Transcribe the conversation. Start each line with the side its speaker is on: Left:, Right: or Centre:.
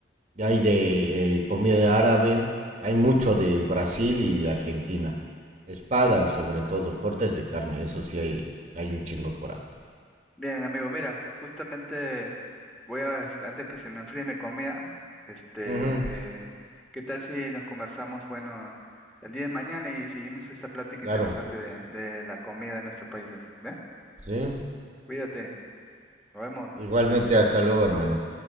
Right: Y Hay de eh, comida árabe, hay mucho de Brasil y de Argentina. Espadas, sobre todo, cortes de carne, eso sí hay, hay un chingo por acá.
Centre: Bien, amigo, mira, justamente voy a, este, antes que se me enfríe mi comida, este,
Right: Ujú,
Centre: eh, ¿qué tal si nos conversamos, bueno, el día de mañana y seguimos esta plática
Right: claro,
Centre: interesante de, de la comida de nuestros países? ¿Bien?
Right: sí.
Centre: Cuídate, nos vemos.
Right: Igualmente, hasta luego, hermano.